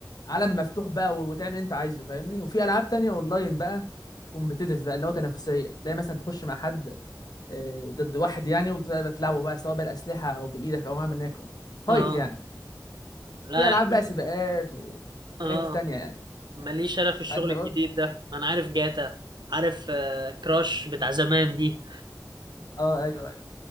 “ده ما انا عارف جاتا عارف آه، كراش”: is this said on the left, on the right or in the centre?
Right